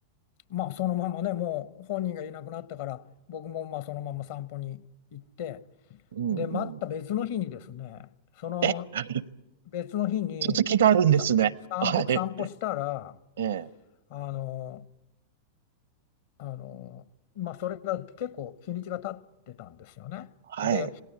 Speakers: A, on the left; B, on the right.
A: まあそのままね、もう本人がいなくなったから、僕もまあそのまま散歩に行って、
B: うんうん。
A: で、また別の日にですね、その
B: え <laughs>
A: 別の日にあさ散歩、
B: 続きがあるんですね。はい。
A: 散歩したら、
B: ええ
A: あの、あの、まあそれが結構日にちが経ってたんですよね。
B: はい。
A: で、